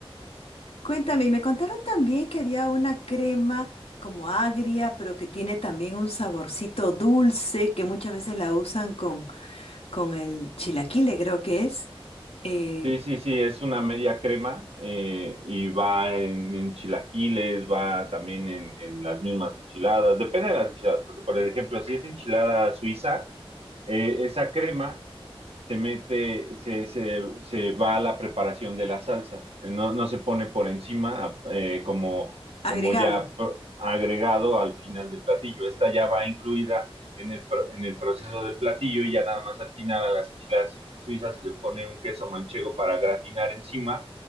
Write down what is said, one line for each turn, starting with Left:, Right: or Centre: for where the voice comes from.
Left: Cuéntame, y me contaron también que había una crema como agria, pero que tiene también un saborcito dulce, que muchas veces la usan con, con el chilaquile, creo que es, eh,
Right: Sí, sí, sí, es una media crema eh, y va en, en chilaquiles, va también en, en las mismas enchiladas, depende de las enchiladas, porque por ejemplo, si es enchilada suiza, eh, esa crema se mete, se, se, se va a la preparación de la salsa, no, no se pone por encima eh, como,
Left: agregado,
Right: como ya pr- agregado al final del platillo, esta ya va incluida en el, pro- en el proceso del platillo y ya nada más al final a las enchiladas su- suizas se le pone un queso manchego para gratinar encima